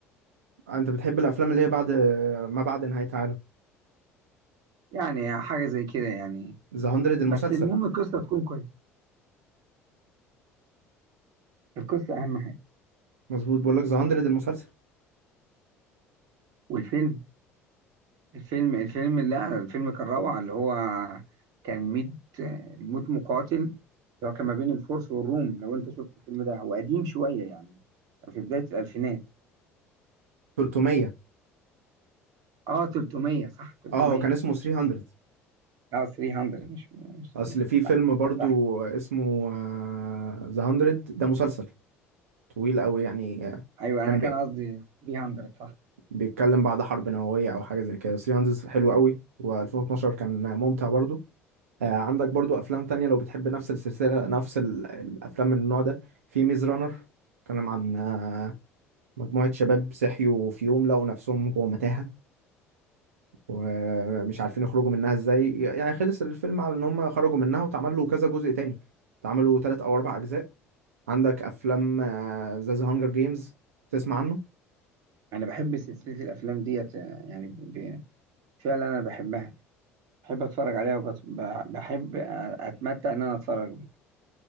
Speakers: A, on the right (about 80°); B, on the right (about 60°).
A: انت بتحب الافلام اللي هي بعد آه، ما بعد نهايه عالم
B: يعني حاجة زي كده يعني
A: ذا 100
B: بس
A: المسلسل
B: المهم القصه تكون كويسه القصه اهم حاجه
A: مظبوط بقول لك ذا 100 المسلسل
B: والفيلم الفيلم الفيلم لا الفيلم كان روعه اللي هو كان ميت الموت مقاتل اللي هو كان ما بين الفرس والروم لو انت شفت الفيلم ده هو قديم شويه يعني كان في بدايه الالفينات
A: 300
B: اه 300 صح 300
A: اه كان اسمه 300
B: اه 300 مش مش 300
A: اصل في فيلم
B: صح
A: برضو
B: صح
A: اسمه ذا 100 ده مسلسل طويل قوي يعني آه،
B: ايوه
A: كان
B: انا كان
A: بيك-
B: قصدي 300 صح
A: بيتكلم بعد حرب نووية أو حاجة زي كده 300 حلو قوي و2012 كان ممتع برضو آه عندك برضو أفلام تانية لو بتحب نفس السلسلة نفس ال- الأفلام من النوع ده في ميز رانر كان عن آه مجموعة شباب صحيوا في يوم لقوا نفسهم جوه متاهة ومش عارفين يخرجوا منها ازاي يعني خلص الفيلم على ان هم خرجوا منها واتعمل له كذا جزء تاني اتعملوا تلات او اربع اجزاء عندك افلام آه، زي ذا هانجر جيمز تسمع عنه
B: انا بحب سلسله الافلام ديت آه، يعني ب... ب- فعلا انا بحبها بحب اتفرج عليها وبحب اتمتع ان انا اتفرج بيها.